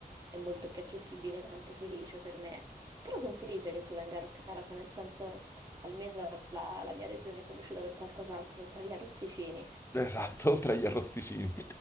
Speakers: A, on the right; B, on the left.
A: è molto più accessibile Campofelice per me. Però sono felice che tu venga a Roccaraso, nel senso, almeno la, la mia regione è conosciuta per qualcos'altro, oltre agli arrosticini.
B: Esatto, <laughs> oltre agli arrosticini.